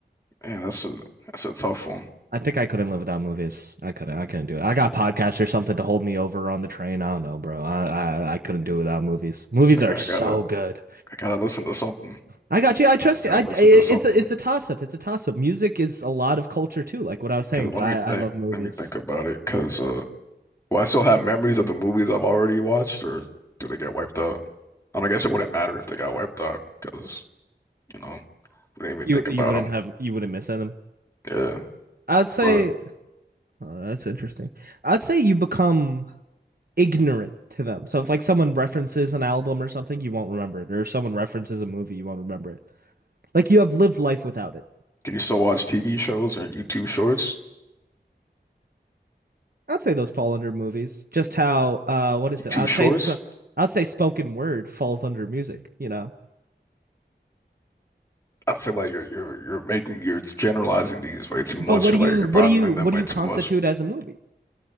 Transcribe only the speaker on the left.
man, that's a that's a tough one.
So I
gotta,
I gotta
I gotta listen to something.
Gotta,
I gotta
listen
to something.
Cause
let
me
think.
Let me think about it. Cause uh. Will I still have memories of the movies I've already watched, or do they get wiped out? And I guess it wouldn't matter if they got wiped out because, you know, we didn't even
think
about
them.
Yeah.
But
can you still watch TV shows and YouTube shorts?
YouTube
shorts?
I feel like you're you're you're making you're generalizing these way too
much.
You're
like you're
broadening
them way
too
much.